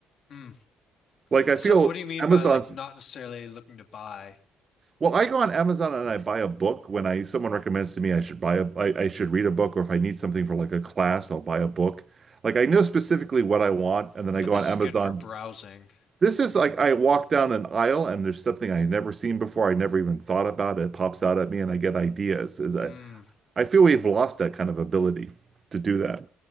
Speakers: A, on the left; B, on the right.
A: Hmm.
B: Like I
A: So
B: feel
A: what do you mean
B: Amazon's
A: by like not necessarily looking to buy,
B: Well, I go on Amazon and I buy a book when I someone recommends to me I should buy a I, I should read a book or if I need something for like a class, I'll buy a book. Like I know specifically what I want and then I
A: but
B: go
A: this
B: on
A: is
B: Amazon.
A: good for browsing?
B: This is like I walk down an aisle and there's something I've never seen before. I never even thought about it. It pops out at me and I get ideas. Is I,
A: Mm,
B: I feel we've lost that kind of ability to do that.